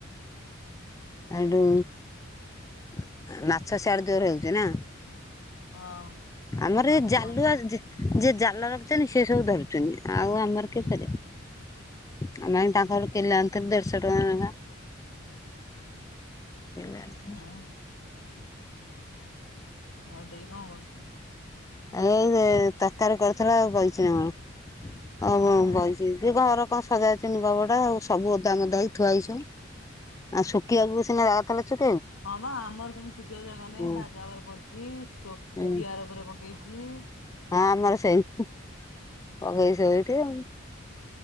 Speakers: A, on the left; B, on the left.
A: ସେଠୁ <unintelligible> ସିଆଡେ ଜୋର ହେଉଛି ନା?
B: ହଁ।
A: ଆମର
B: ମାମୁଁ
A: ଏ ଜାଲୁଆ
B: ଘର ସେ
A: ଯିଏ ଜାଲ ରଖୁଛନ୍ତି ସେ ସବୁ ଧରୁଛନ୍ତି ଆଉ ଆମର <unintelligible>
B: ହୁଁ
A: ଆମେ
B: ହୁଁ
A: ତାଙ୍କଘରୁ କିଲେ ଅଣିଥିଲୁ ଦେଢଶହ ଟଙ୍କା ଜମା। <unintelligible>
B: ହଁ। ଆଉ ଦେଇ କଣ କରୁଛି?
A: ଏଇ ତରକାରୀ କରିୁଥିଲା ବସିଛି ନା। ହଉ
B: ଓହୋ।
A: ବଇଛି କି ଘର କଣ ସଜାଡୁ ଛି ଲୁଗା ପଟା ଆଉ ସବୁ ଓଦା ମୋଧା ହେଇ ଥୁଆହେଇଛି। ଆ ଶୁଖିବାକୁ। ବୁସିନା ଯା ଆଉ ତାହେଲେ ଚୁପ।
B: ହଁ ବା ଆମର ସେମତି ଶୁଖିବାକୁ ଜାଗା ନାହିଁ
A: ହୁଁ
B: ତାଜା ଉପରେ ପଡିଛି। <unintelligible>
A: ହୁଁ
B: ଚିଆର ଉପରେ ପକେଇଛି <unintelligible>
A: ହଁ ଆମର ସେଇ ପଗେଇ ସେଇଠି ଆଉ।